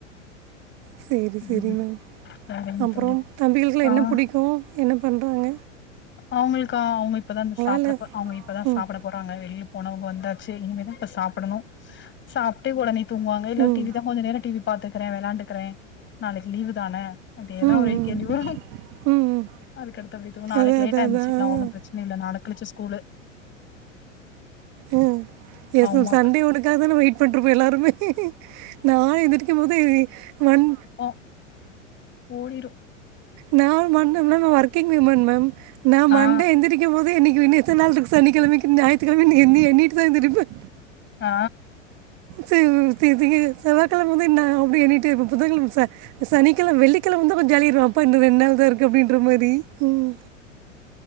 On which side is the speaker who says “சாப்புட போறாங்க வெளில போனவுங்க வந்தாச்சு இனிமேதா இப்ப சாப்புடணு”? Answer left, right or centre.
Left